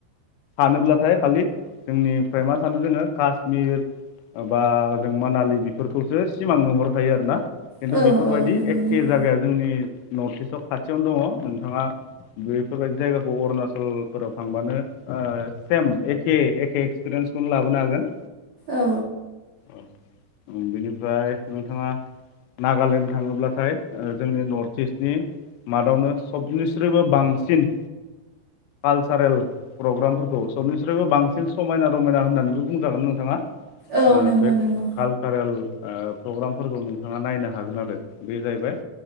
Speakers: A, on the left (about 85°); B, on the right (about 70°).
A: सानोब्लाथाय खालि जोंनिफ्राय मा सानो जोङो कास्मिर बा जों मानालि बेफोरखौसो सिमां नुहरखायो आरोना। खिन्थु
B: औ
A: बेफोरबायदि
B: औ नंगौ
A: एखे
B: नंगौ
A: जायगाया जोंनि नर्थ इस्ट आआव खाथियावनो दङ नोंथाङा बेफोरबायदि जायगाखौ अरुणाचलफोराव थांबानो सेम एखे एखे एक्सपिरियेन्सखौनो लाबोनो हागोन
B: औ
A: औ ओं बेनिफ्राय नोंथाङा नागालेण्ड थाङोब्लाथाय ओ जोंनि नर्थ स नि मादावनो सब जिनिस बिनिख्रुइबो बांसिन कालसारेल प्रग्राम सबनिफ्राय्रबो बांसिन समायना रमायना होननानैबो बुंजागोन नोंथाङा आ
B: औ नंगौ
A: बे
B: नंगौ
A: कालचारेल आ प्रग्रामफोरखौ नोंथाङा नायनो हागोन आरो बे जाहैबाय